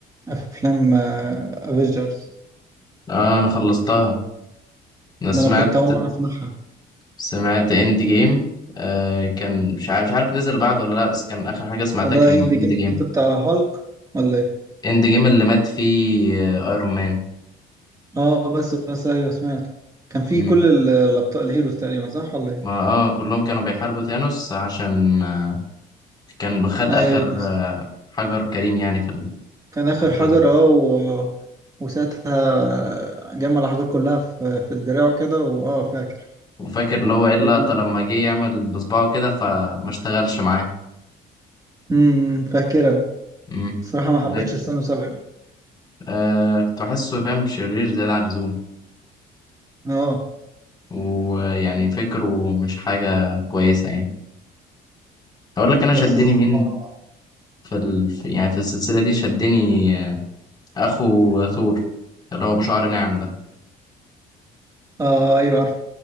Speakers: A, on the right; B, on the left.
A: افلام افيجرز
B: آه أنا خلصتها أنا سمعت
A: ده انا كنت اول مره اسمعها
B: سمعت إند جيم آه كان مش عارف مش عارف نزل بعد ولا لأ بس كان آخر حاجة سمعتها
A: فده
B: كان
A: اند جيم
B: إند جيم
A: انت بتاع هالك ولا ايه
B: إند جيم اللي مات فيه آه أيرون مان
A: اه بس بس ايوه سمعته كان في
B: مم.
A: كل ال- الابطال الهيروز تقريبا صح ولا ايه
B: ما آه كلهم كانوا بيحاربوا ثانوس عشان آه كان خد
A: ايوه
B: آخر
A: أيوة.
B: آه حجر كريم يعني في
A: كان آخر
B: القفاز
A: حجر اه و... وساعتها جمع الأحجار كلها في, في الدراع كده واه فاكر
B: وفاكر اللي هو ايه اللقطة
A: تقريبا
B: لما جه يعمل بصباعه كده فما اشتغلش معاه
A: امم فاكرها
B: امم
A: الصراحة ما حبيتش
B: ده ك-
A: السنة سبعة
B: آه كنت بحسه فاهم شرير زيادة عن اللزوم
A: اه
B: ويعني فكره مش حاجة كويسة يعني أقول لك أنا شدني
A: بس الصراحة
B: مين في ال... في- يعني في السلسلة دي شدني آه، أخو ثور اللي هو بشعر ناعم ده
A: اه ايوه عارف